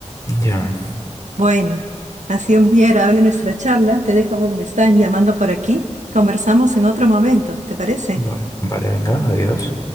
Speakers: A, on the left; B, on the right.
A: Ya,
B: Bueno, ha sido muy agradable nuestra charla. Te dejo porque me están llamando por aquí. Conversamos en otro momento, ¿te parece?
A: vale, vale, venga, adiós.